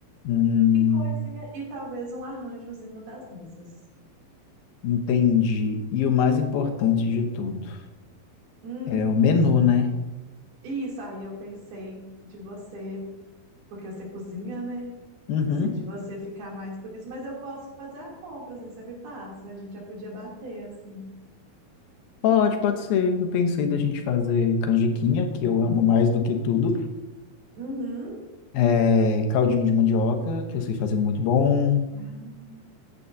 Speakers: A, on the left (about 75°); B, on the right (about 80°).
A: Hum,
B: e coisinha e talvez um arranjozinho das mesas.
A: entendi. E o mais importante de tudo
B: Hum,
A: é o menu, né?
B: isso aí eu pensei de você, porque você cozinha, né?
A: Uhum.
B: Pensei de você ficar mais por isso, mas eu posso fazer a compra, assim, você me passa, a gente já podia bater, assim.
A: Pode, pode ser. Eu pensei da gente fazer canjiquinha, que eu amo mais
B: Hum.
A: do que tudo.
B: Uhum.
A: É, caldinho de mandioca, que eu sei fazer um muito bom.
B: Ah,